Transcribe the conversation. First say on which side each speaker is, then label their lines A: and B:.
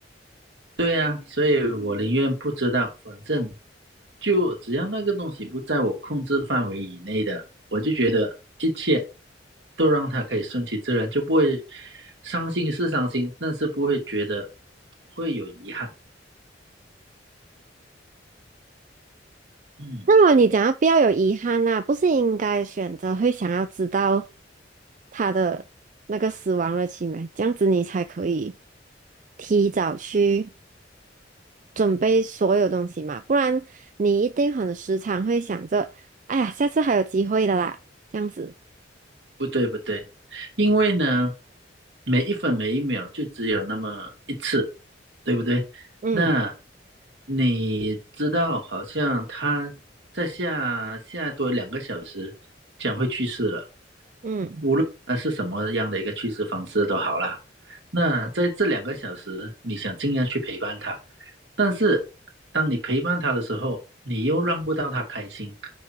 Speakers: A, on the right; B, on the right.
A: 对啊，所以我宁愿不知道，反正就只要那个东西不在我控制范围以内的，我就觉得一切都让它可以顺其自然，就不会伤心是伤心，但是不会觉得会有遗憾。嗯。
B: 那么你讲要不要有遗憾啊？不是应该选择会想要知道他的那个死亡日期吗？这样子你才可以提早去准备所有东西嘛，不然你一定很时常会想着，哎呀，下次还有机会的啦，这样子。
A: 不对不对，因为呢，每一分每一秒就只有那么一次，对不对？
B: 嗯
A: 那你知道，好像他在下下多两个小时将会去世了，
B: 嗯
A: 无论他是什么样的一个去世方式都好啦。那在这两个小时，你想尽量去陪伴他，但是当你陪伴他的时候，你又让不到他开心，